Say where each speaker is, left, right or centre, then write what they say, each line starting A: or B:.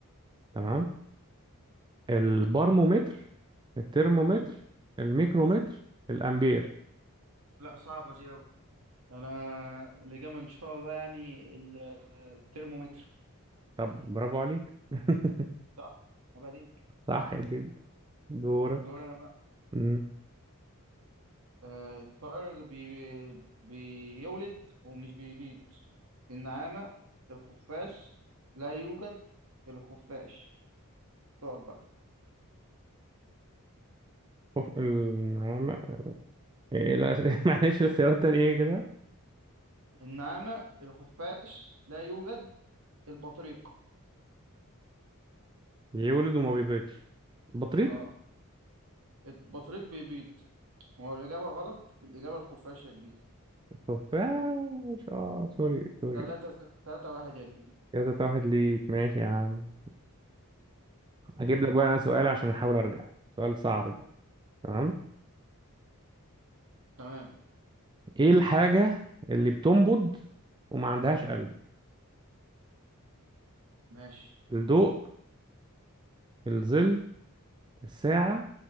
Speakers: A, on the right; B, on the right.
A: تمام البارمومتر الترمومتر
B: مم.
A: الميكرومتر
B: مم.
A: الأمبير
B: لا صعبة دي أوي أنا الإجابة إن شاء الله يعني الترمومتر
A: طب برافو عليك <laughs>
B: صح؟ أبقى ليك
A: صح جدا دورك
B: الدور أنا بقى
A: مم.
B: آه الطائر اللي بي... بيولد ومش بيبيض النعامة الخفاش لا يوجد الخفاش طائر بقى
A: أوف، النعامة إيه لا <laughs> معلش الاختيارات التانية ايه كده
B: النعامة الخفاش لا يوجد البطريق
A: يولد وما بيبيضش بطريق
B: اه البطريق بيبيض هو الإجابة غلط الإجابة الخفاش يا كبير
A: خفاش اه سوري سوري
B: تلاتة صفر تلاتة واحد يا كبير
A: كده تلاتة واحد ليك ماشي يا عم اجيب
B: مم.
A: لك بقى انا سؤال عشان احاول ارجع سؤال صعب ده تمام
B: تمام
A: ايه الحاجة اللي بتنبض وما عندهاش قلب
B: ماشي
A: الضوء الظل الساعة